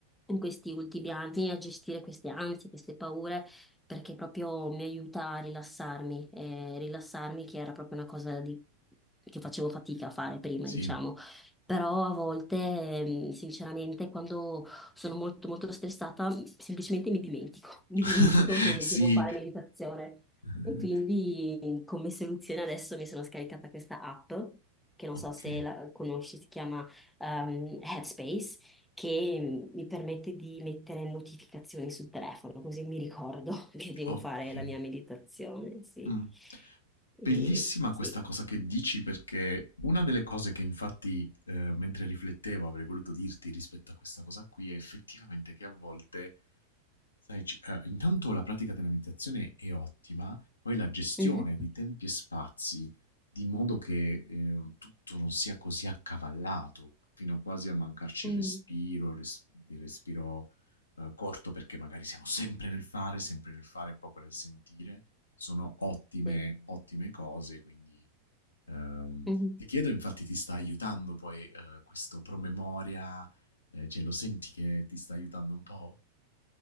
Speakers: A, in the centre; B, on the left (about 75°).
A: in questi ultimi anni a gestire queste ansie, queste paure, perché proprio mi aiuta a rilassarmi, eh, rilassarmi che era proprio una cosa di- che facevo fatica a fare prima,
B: sì,
A: diciamo. Però a volte, ehm, sinceramente, quando sono molto molto stressata, semplicemente mi dimentico, <laughs> mi
B: <laughs>
A: dimentico che
B: sì,
A: devo fare meditazione.
B: <laughs>
A: E quindi come soluzione adesso mi sono scaricata questa app, che non
B: ok,
A: so se la conosci, si chiama ehm, Headspace che mi permette di mettere notificazioni sul telefono, così mi ricordo <laughs> che devo
B: ok.
A: fare la mia meditazione, sì.
B: Mh.
A: E,
B: Bellissima
A: sì.
B: questa cosa che dici perché una delle cose che infatti, ehm, mentre riflettevo avrei voluto dirti rispetto a questa cosa qui è effettivamente che a volte Sai, ci- eh, intanto la pratica della meditazione è ottima, poi la gestione
A: Mhm.
B: di tempi e spazi, di modo che eh, tutto non sia così accavallato, fino a quasi a mancarci
A: Mm,
B: il respiro, il, res- il respiro eh, corto, perché magari siamo sempre nel fare, sempre nel fare, e poco nel sentire. Sono ottime,
A: sì.
B: ottime cose, quindi ehm,
A: Mhm.
B: ti chiedo, infatti ti sta aiutando poi eh, questo promemoria, eh, cioè lo senti che ti sta aiutando un po'?